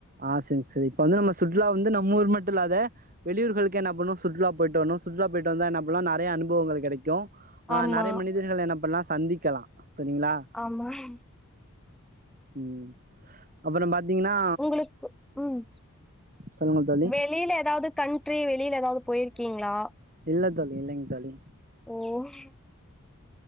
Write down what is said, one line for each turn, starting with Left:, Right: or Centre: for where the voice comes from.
Right: ஆ சென் செரி இப்ப வந்து நம்ம சுற்றுலா வந்து நம்ம ஊர் மாரி தில்லாத வெளியூர்களுக்கு என்ன பண்ணு சுற்றுலா போய்டு வர்னு சுற்றுலா போய்ட்டு வந்தா நம்புள்ளா நறைய அனுபவங்கள் கெடைக்கும் ஆ
Centre: ஆமா
Right: நறைய மனிதர்கள் என்ன பண்லா சந்திக்கலா சரிங்களா
Centre: ஆமா ம்
Right: ம் அப்புறோ பாத்தீங்கன்னா
Centre: உங்களுக்கு ம்
Right: சொல்லுங்க தோழி
Centre: வெளில எதாவ்து கண்ட்ரி வெளில எதாது போயிருக்கீங்ளா
Right: இல்ல தோழி இல்லைங் தோழி
Centre: ஓஹ்